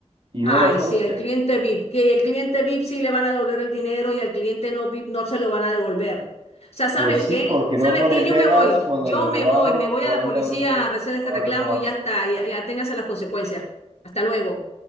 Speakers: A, on the right (about 50°); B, on the left (about 65°).
A: y
B: Ay,
A: luego está
B: sí,
A: usted.
B: al cliente VIP, que el cliente VIP sí le van a devolver el dinero y al cliente no VIP no se lo van a devolver. O sea, ¿sabes
A: Pues sí,
B: qué?
A: porque
B: ¿Sabes
A: no pone
B: qué?
A: pegas
B: Yo me voy,
A: cuando
B: yo
A: le cobramos
B: me voy, me voy
A: 40
B: a la policía
A: euros por
B: a hacer este
A: por
B: reclamo
A: la reclamación.
B: y ya está, ya, ya téngase las consecuencias. Hasta luego.